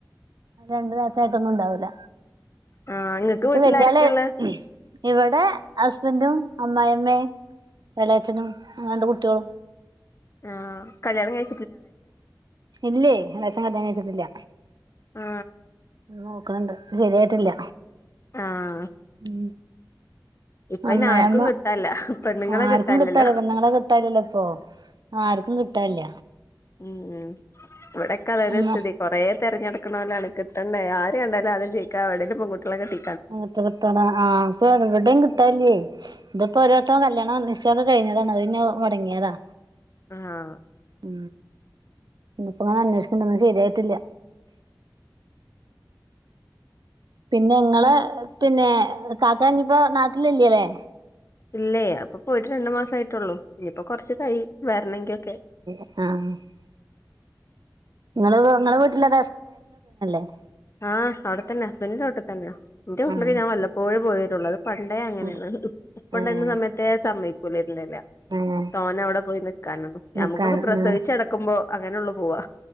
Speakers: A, on the right; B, on the left.
A: രണ്ട് താത്തായ്ട്ടൊന്നുണ്ടാവൂല.
B: ആഹ് ഇങ്ങക്ക്
A: ന്നട്ട്
B: വീട്ടിൽ
A: വല്യാള്
B: ആരൊക്കെയുള്ളെ
A: ഇവിടെ ഹസ്ബൻറും അമ്മായിമ്മേ എളയച്ചനും രണ്ട് കുട്ടിളും.
B: ആഹ് കല്യാണം കഴി
A: ഇല്ലേ എളേച്ചൻ കല്യാണം കയ്ച്ചിട്ടില്ല.
B: ആ
A: നോക്കണണ്ട് ശരിയായിട്ടില്ല
B: ആഹ്
A: ഉ
B: ഇപ്പ
A: അമ്മായമ്മ
B: അയിന് ആർക്കും കിട്ടാനില്ല പെണ്ണുങ്ങളെ
A: ആർക്കും
B: കിട്ടാനില്ലല്ലോ
A: കിട്ടാല പെണ്ണുങ്ങളെ കിട്ട കിട്ടാലല്ല ഇപ്പൊ ആർക്കും കിട്ടാല്ല.
B: ഉം ഇവിടെൊക്കെ അതന്നെ
A: ഉമ്മ
B: സ്ഥിതി കൊറെ തെരഞ്ഞെടുക്ക്‌ണോ ലാണ്കിട്ടണ്ടേ ആ ണ്ടാലാദ്യം ചോയ്ക്കാ എവ്ടേലും പെങ്കുട്ട്യാളെ കെട്ടി
A: എങ്ങട്ട് കിട്ടാനാ ആ ഇപ്പോഎവിടെ കിട്ടാല്ലേ ഇതിപ്പോ ഒരുട്ടം കല്യാണം നിശ്ചയക്കെ കഴിഞ്ഞതാണ്അത് പിന്ന മൊടങ്ങിതാ
B: ആഹ
A: ഉ ഇിപ്പ അങ്ങനെ അന്വേഷിക്കണ്ട ഒന്നും ശെരിആയിട്ടില്ല. പിന്നെ ങ്ങള് പിന്നെ കാക്കനി ഇപ്പോ നാട്ടില് ഇല്ലലെ
B: ഇല്ലേ അപ്പൊ പോയിട്ട് രണ്ടു മാസം ആയിട്ടുള്ളൂ ഇനിയിപ്പോ കൊറച്ച് കഴി വരണങ്കിലൊക്കെ
A: ആഹ ങ്ങളെ വീട്ട്ലെ <unintelligible>
B: ആഹ് അവിടെത്തന്നെ ഹസ്ബൻഡിന്റെറെീട്ടിൽ തന്നെയാ എന്റെ വീട്ടിലൊക്കെ
A: ആഹ്
B: ഞാൻ വല്ലപ്പോഴ പോയിവരുള്ള- പണ്ടേ അങ്ങനെയാണ്
A: ഉം
B: ഇപ്പണ്ടെയ്ന
A: ഏഹ്
B: സമയത്തെന്നെ സമ്മയ്ക്കൂല
A: ഏഹ്
B: തോന അവിടെ പോയി നിക്കാനന്നുംഞമ്മക്കൊക്കെ
A: നിക്കാൻ
B: പ്രസവിച്ചടക്കുമ്പോ
A: ആഹ്
B: അങ്ങനെ ഉള്ളു പോവാ